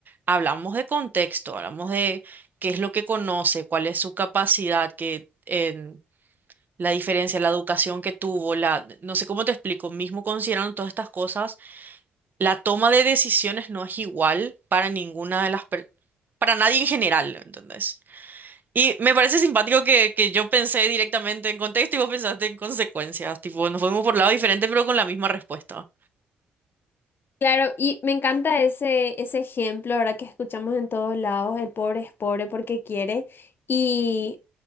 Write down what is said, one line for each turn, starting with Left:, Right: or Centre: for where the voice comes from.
Right: hablamos de contexto, hablamos de qué es lo que conoce, cuál es su capacidad, que, en la diferencia, la educación que tuvo, la... No sé cómo te explico, mismo considerando todas estas cosas, la toma de decisiones no es igual para ninguna de las... per- Para nadie en general, ¿entendés? Y me parece simpático que, que yo pensé directamente en contexto y vos pensaste en consecuencias. Tipo, nos fuimos por lados diferentes, pero con la misma respuesta.
Left: Claro, y me encanta ese, ese ejemplo, ¿verdad? Que escuchamos en todos lados, el pobre es pobre porque quiere. Y,